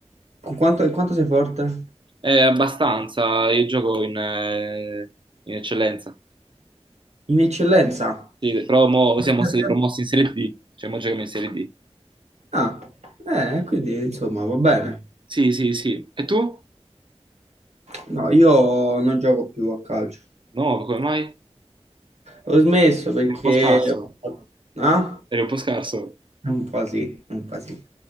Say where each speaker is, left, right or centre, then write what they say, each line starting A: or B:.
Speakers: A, on the right; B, on the right.
A: Con quanto, in quanto sei forte?
B: È abbastanza, io gioco in, eh, in eccellenza.
A: In eccellenza?
B: Sì, però mo
A: <laughs>
B: siamo stati promossi in Serie D, cioè mo giochiamo in Serie D.
A: Ah, eh, quindi insomma va bene.
B: Sì, sì, sì. E tu?
A: No, io non gioco più a calcio.
B: No, come mai? Eri
A: Ho smesso perché...
B: un po' scarso.
A: Ah?
B: Eri un po' scarso.
A: Un po' sì, un po' sì. Ti